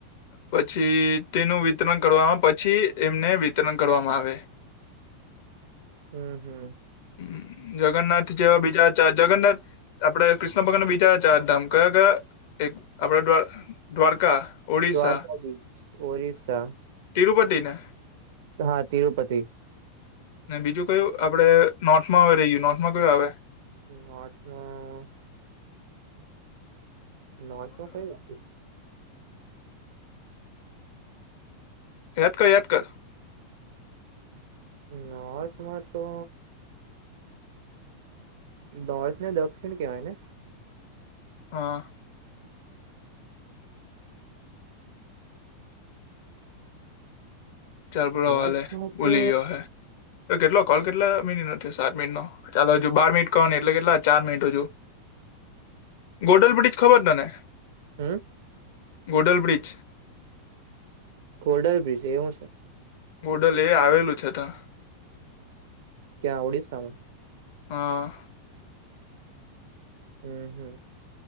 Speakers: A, on the left; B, on the right.
A: પછી તેનું વિતરણ કરવામાં પછી એમને વિતરણ કરવામાં આવે.
B: હમ્મ હમ્મ.
A: હ જગન્નાથ જેવા બીજા જ જગન્નાથ.
B: કારણ
A: આપડે ક્રિશ્ન ભગાન બીજા ચારધામ કયા કયા એક આપડે દ્વા દ્વારકા. ઓડિશા
B: દ્વારકાધીશ, ઓરિસા.
A: તિરરૂપતિ ને.
B: હા તિરુપતિ.
A: ને બીજું કયું આપડે નોર્થમાં હવે રહી ગયું નોર્થમાં કયું આવે?
B: નોર્થ માં. નોર્થમાં કયું નથી.
A: યાદ કર યાદ કર.
B: નોર્થમાં તો. નોર્થ ને દક્ષિણ કેવાય ને?
A: હા. ચાલ તુ રેવા
B: નોર્થમાં
A: લે ભુલી
B: તો
A: ગયો હોય ઓય કેટલો કોલ કેટલા મિનિનો થિયો સાત મિનિનો. ચાલો હજુ બાર મિટ કરવાની ને એટલે કેટલા ચાર મિનટ હજુ. ગોડલ બ્રિજ ખબર તને?
B: હમ્મ.
A: ગોડલ બ્રિજ.
B: ખોડલ બ્રિજ એ હું છે.
A: ગોડલ એ આવેલું છે તા.
B: ક્યાં ઓડિશામા.
A: હા.
B: હમ્મ હમ્મ.